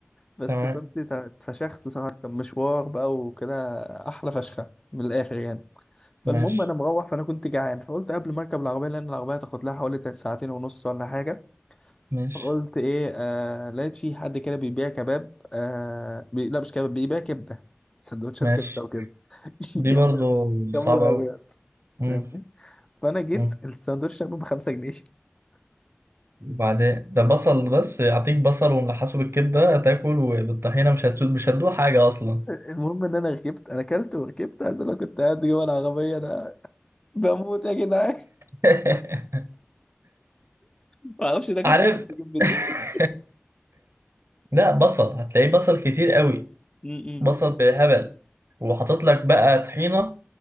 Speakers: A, on the left; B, on the right.
A: بس
B: تمام
A: كنت تع- اتفشخت صراحة كان مشوار بقى وكده احلى فشخة من الاخر يعني فالمهم
B: ماشي
A: انا مروح فانا كنت جعان فقلت قبل ما اركب العربية لان العربية هتاخد لها حوالي ساعتين ونص ولا حاجة
B: ماشي
A: فقلت ايه آه لقيت في حد كده بيبيع كباب آه بي... لا مش كباب بيبيع كبدة سندوتشات
B: ماشي
A: كبدة وكده <laughs>
B: دي
A: جنب
B: برضو صعبة
A: جنب العربيات
B: أوي مم.
A: فاهمني فانا جيت
B: مم.
A: الساندوتش كان ب 5 جنيه
B: وبعدين ده بصل بس أعطيك بصل وملحسه بالكبدة هتاكل وبالطحينة مش هتسود مش هتدوق حاجة أصلا
A: المهم ان انا ركبت انا اكلت وركبت عايز اقول لك كنت قاعد جوه العربيه انا بموت يا جدعان <laughs>
B: <laughs>
A: ما اعرفش ده كان
B: عارف
A: <laughs> جبت
B: <laughs>
A: ايه
B: لا بصل هتلاقيه بصل كتير قوي
A: م-م.
B: بصل بالهبل وحاطط لك بقى طحينه